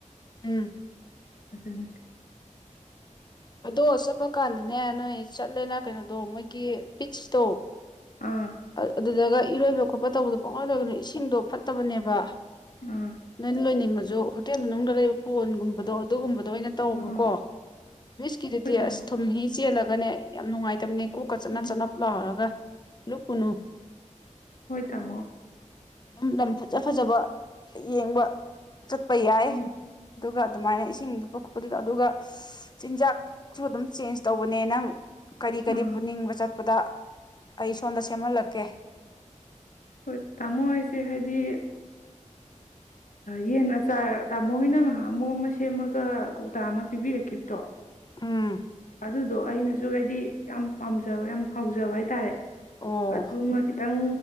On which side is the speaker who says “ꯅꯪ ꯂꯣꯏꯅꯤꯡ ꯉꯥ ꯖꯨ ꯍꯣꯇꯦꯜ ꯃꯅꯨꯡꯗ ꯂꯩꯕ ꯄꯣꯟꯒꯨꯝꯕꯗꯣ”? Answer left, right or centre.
Left